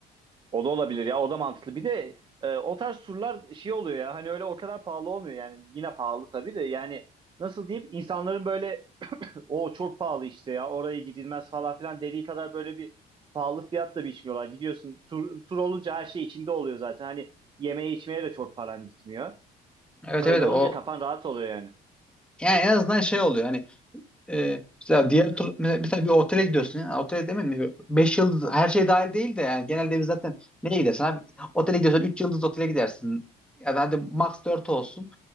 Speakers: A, on the right; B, in the centre.
A: O da olabilir ya o da mantıklı. Bir de e, o tarz surlar şey oluyor ya hani öyle o kadar pahalı olmuyor yani yine pahalı tabii de yani nasıl diyeyim insanların böyle o çok pahalı işte ya oraya gidilmez falan filan dediği kadar böyle bir pahalı fiyatla biçmiyorlar. Gidiyorsun tur, tur olunca her şey içinde oluyor zaten hani yemeğe içmeye de çok paran gitmiyor.
B: Evet
A: Öyle
B: evet o
A: olunca kafan rahat oluyor yani.
B: yani en azından şey oluyor hani e, mesela diğer tur mesela, mesela bir otele gidiyorsun ya otele demedim mi 5 yıldız her şey dahil değil de yani genelde biz zaten neye gidersin abi otele gidiyorsan 3 yıldız otele gidersin ya da hadi max 4 olsun